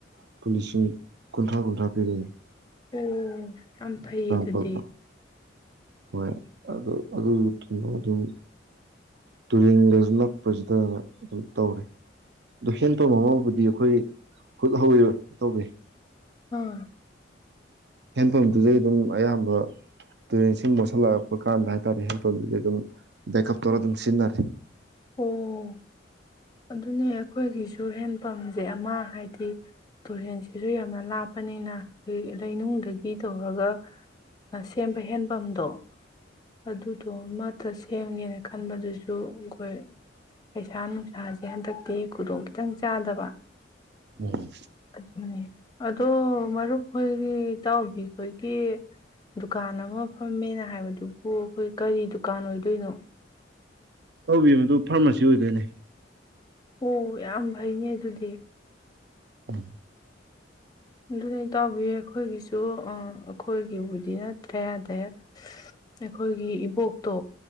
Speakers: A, on the right; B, on the left.
A: ꯂꯨꯄ ꯂꯤꯁꯤꯡ ꯀꯨꯟꯊ꯭ꯔꯥ ꯀꯨꯟꯊ꯭ꯔꯥ ꯄꯤꯔꯛꯑꯦ
B: ꯎꯝ ꯌꯥꯝ ꯐꯩꯌꯦ ꯑꯗꯨꯗꯤ
A: ꯄ꯭ꯂꯣꯠꯇꯣ ꯍꯣꯏ ꯑꯗꯨ ꯑꯗꯨꯗꯨꯣ ꯑꯗꯨꯝ ꯇꯨꯔꯦꯟꯗꯁꯨ ꯅꯛꯄꯁꯤꯗ ꯑꯗꯨꯝ ꯇꯧꯔꯦ ꯑꯗꯣ ꯍꯦꯟꯄꯝ ꯑꯃꯕꯨꯗꯤ ꯑꯩꯈꯣꯏ ꯍꯨꯠ ꯍꯧꯋꯤꯔꯣꯏ ꯇꯧꯋꯦ
B: ꯎꯝ
A: ꯍꯦꯟ ꯄꯝꯗꯨꯗꯩ ꯑꯗꯨꯝ ꯑꯌꯥꯝꯕ ꯇꯨꯔꯦꯟꯁꯤꯡ ꯃꯣꯠꯁꯂꯛ ꯄ ꯀꯥꯟꯗ ꯍꯥꯏꯇꯥꯔꯦ ꯍꯦꯟ ꯄꯝꯗꯨꯗꯤ ꯑꯗꯨꯝ ꯕꯦꯀꯞ ꯇꯧꯔ ꯑꯗꯨꯝ ꯁꯤꯖꯤꯟꯅꯔꯦ
B: ꯑꯣ ꯑꯗꯨꯅꯦ ꯑꯩꯈꯣꯏꯒꯤꯁꯨ ꯍꯦꯟꯄꯝꯖꯦ ꯑꯃ ꯍꯥꯏꯗꯤ ꯇꯨꯔꯦꯟꯁꯦ ꯁꯤꯁꯨ ꯌꯥꯝꯅ ꯂꯥꯞꯄꯅꯤꯅ ꯑꯩꯈꯣꯏ ꯂꯩꯅꯨꯡꯗꯒꯤ ꯇꯧꯔꯒ ꯁꯦꯝꯕ ꯍꯦꯟꯄꯝꯗꯣ ꯑꯗꯨꯗꯣ ꯑꯃꯠꯇ ꯁꯦꯝꯒꯦꯅ ꯈꯟꯕꯗꯨꯁꯨ ꯑꯩꯈꯣꯏ ꯄꯩꯁꯥ ꯅꯨꯡꯁꯥꯁꯦ ꯍꯟꯗꯛꯇꯤ ꯈꯨꯗꯣꯡ ꯈꯤꯇꯪ ꯆꯥꯗꯕ
A: ꯎꯝ
B: ꯑꯗꯨꯅꯤ ꯑꯗꯣ ꯃꯔꯨꯞꯈꯣꯏꯒꯤ ꯏꯇꯥꯎꯕꯤꯈꯣꯏꯒꯤ ꯗꯨꯀꯥꯟ ꯑꯃ ꯐꯝꯃꯦꯅ ꯍꯥꯏꯕꯗꯨꯕꯨ ꯑꯩꯈꯣꯏ ꯀꯔꯤ ꯗꯨꯀꯥꯟ ꯑꯣꯏꯗꯣꯏꯅꯣ
A: ꯇꯧꯕꯤ ꯃꯗꯨ ꯐꯥꯔꯃꯥꯁꯤ ꯑꯣꯏꯗꯣꯏꯅꯦ
B: ꯑꯣ ꯌꯥꯝ ꯐꯩꯅꯦ ꯑꯗꯨꯗꯤ
A: ꯎꯝ
B: ꯑꯗꯨꯅ ꯇꯥꯎꯕꯤ ꯑꯩꯈꯣꯏꯒꯤꯁꯨ ꯑꯩꯈꯣꯏꯒꯤꯕꯨꯗꯤ ꯅꯠꯇ꯭ꯔꯦ ꯑꯗꯩ ꯑꯩꯈꯣꯏꯒꯤ ꯏꯕꯣꯛꯇꯣ